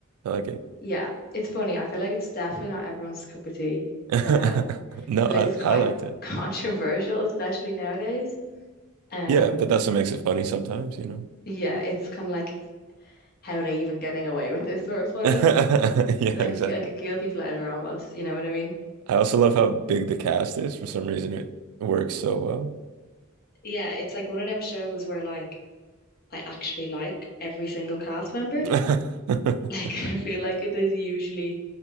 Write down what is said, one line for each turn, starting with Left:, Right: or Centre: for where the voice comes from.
Right: I like it.
Left: Yeah, it's funny. I feel like it's definitely not everyone's cup of tea.
Right: <laughs>
Left: Uh, I
Right: No, I
Left: feel like it's quite
Right: I liked it.
Left: <laughs> controversial, especially nowadays. Um,
Right: Yeah, but that's what makes it funny sometimes, you know.
Left: yeah, it's kind of like how are they even getting away with this sort of funny?
Right: <laughs> Yeah,
Left: Like
Right: exactly.
Left: like a guilty pleasure almost, you know what I mean?
Right: I also love how big the cast is. For some reason, it works so
Left: Yeah, it's like one of them shows where like I actually like every single cast member.
Right: well.
Left: <laughs>
Right: <laughs>
Left: Like I feel like it is usually